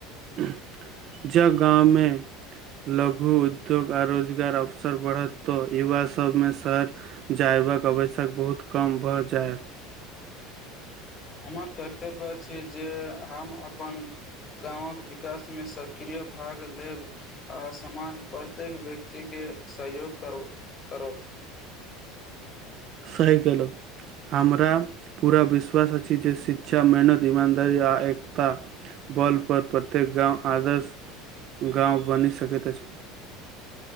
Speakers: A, on the right; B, on the left.
A: <inaudible> जब गाँवमे लघु उद्योग आ रोजगार अवसर बढ़त त युवा युवा सभमे शहर जयबाक आवश्यक बहुत कम भऽ जायत
B: हमर कर्तव्य अछि जे हम अपन गाँवक विकास मे सक्रिय भाग लेब आ समाज प्रत्येक व्यक्तिके सहयोग करब
A: सही केलहु हमरा पूरा विश्वास अछि जे शिक्षा मेहनत ईमानदारी आ एकता बल पर प्रत्येक गाँव आदर्श गाँव बनि सकैत अछि